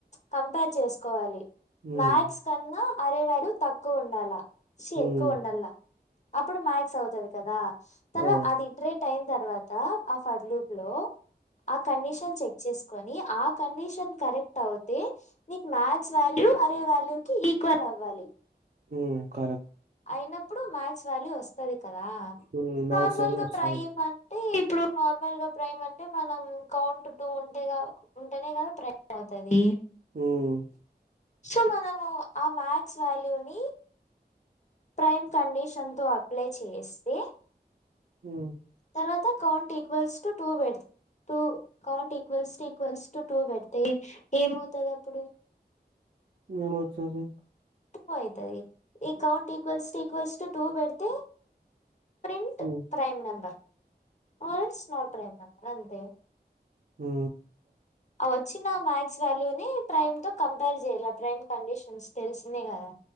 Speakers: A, on the left (about 45°); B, on the right (about 60°).
A: కంపేర్ చేసుకోవాలి
B: ఉమ్,
A: మ్యాక్్స్ కన్నా అరేవాల తక్కువ ఉండాల షి
B: ఉమ్,
A: ఎక్కువ ఉండాల అప్పుడు మ్యాక్స్ అవుతది కదా
B: ఆ,
A: తర్ అది ఇట్రేట్ అయిం తర్వా తర్వాత ఆ ఫర్లూప్ లో ఆ కండిషన్ చెక్ చేస్ కొని ఆ కండిషన్ కరెక్ట్ అవుతే నీక్ మ్యాథ్స్ వాల్యూ అరే వాల్యూి ఈక్వల్ అవ అవ్వాలి
B: ఉమ్ కరెక్ట్
A: అయినప్పుడు మ్యాక్స్ వాల్యూ వస్తది కదా
B: ఉమ్, మ్యాథ్స్
A: నార్మల్
B: వాళ్ళు
A: గా
B: వచ్చారు
A: ప్రైమ్ అంటే ఇప్పుడు నార్మల్ గా ప్రైమ్ అంటే మనం కౌంట్ టూ ఉంటే ఉంటేనే కదా ప్రైమ్ కా తది
B: ఉమ్,
A: సో మనము ఆ మ్యాథ్స్ వాల్యూ ని ప్రైమ్ కండిషన్తో అప్లై చేస్తే
B: హు
A: తర్వాత కౌంట్ ఈక్వల్స్టు టూ వ two count equals to equals to two పెడితె ఏమవుతుంది అప్పుడు
B: ఏమోస్తది
A: టూ అవుతది ఈ count equals to equals to two పెడితే ప్రింట్
B: హ్మ్
A: ప్రైమ్ నంబర్ ఆస్ో ట్రైమ్ అంతే
B: ఉ
A: వచ్చిన మ్యాక్స్ వాల్యూ ని ప్రైమ్ తో కంపేర్ చేయాల ప్రైమ్ కండిషన్ తెలిసిందే కదా